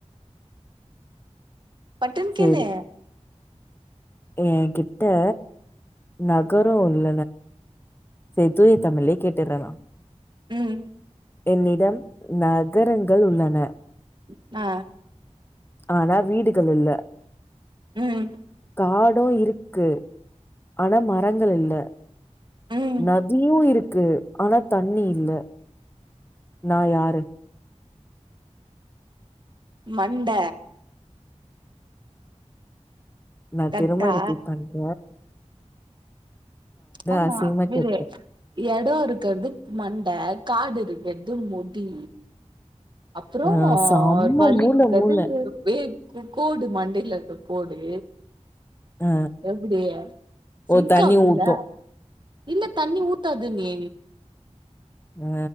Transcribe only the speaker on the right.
பட்டுன்
கேலு
ம்
அ
ம்
ம்
மண்ட
கட்டா
ஆமா
விரு
எடொ இருக்கறது மண்ட காடு இருக்கறது முடி அப்றொ
வலி
இருக்கற்து
வே க்கோடு மண்டைல இருக கோடு
எப்டி சிங்
ஆகுதுல்ல
இல்ல தண்ணி ஊத்தாது நீ